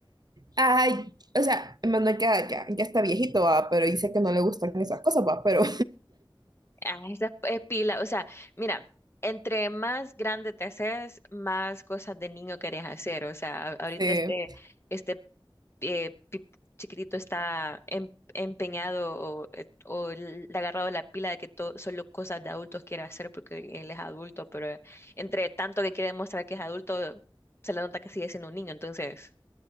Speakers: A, on the right (about 50°); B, on the left (about 30°).
A: Ay, o sea, Manuel ya, ya, ya está viejito, va, pero dice que no le gustan esas cosas, va, pero
B: Ah, esa eh, pila, o sea, mira, entre más grande te haces, más cosas de niño querés hacer. O sea, a- ahorita
A: <laughs> sí,
B: este, este eh, pi- chiquitito está em- empeñado o, eh, o le ha agarrado la pila de que todo, solo cosas de adultos quiere hacer porque él es adulto, pero entre tanto que quiere demostrar que es adulto, se le nota que sigue siendo un niño, entonces